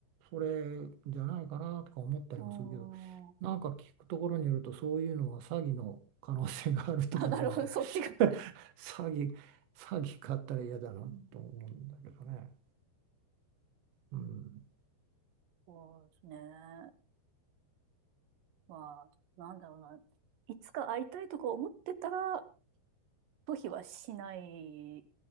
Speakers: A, on the right (about 80°); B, on the right (about 70°).
A: それじゃないかなとか思ったりもするけど、
B: う。うーん。
A: なんか聞くところによると、そういうのは詐欺の可能性があるとか言うんで
B: あ、なるほど。そっちが。
A: <laughs> 詐欺、詐欺買ったら嫌だなと思うんだけどね。
B: うん。
A: うん、
B: そうですね。まあ、なんだろうな。いつか会いたいとか思ってたら、拒否はしない